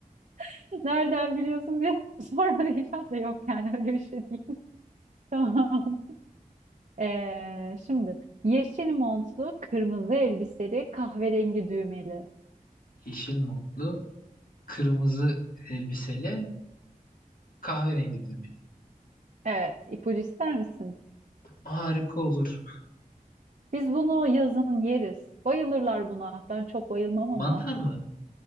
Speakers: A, on the right (about 60°); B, on the left (about 75°).
A: <laughs> Nereden biliyorsun diye <laughs> sorma diyeceğim de yok yani öyle bir şey değil. <laughs> Tamam. Eee, şimdi yeşil montlu, kırmızı elbiseli, kahverengi düğmeli.
B: Yeşil montlu, kırmızı elbiseli, kahverengi düğmeli.
A: Evet, ipucu ister misin?
B: Harika olur.
A: Biz bunu yazın yeriz. Bayılırlar buna. Ben çok bayılmam
B: Mantar
A: ama.
B: mı?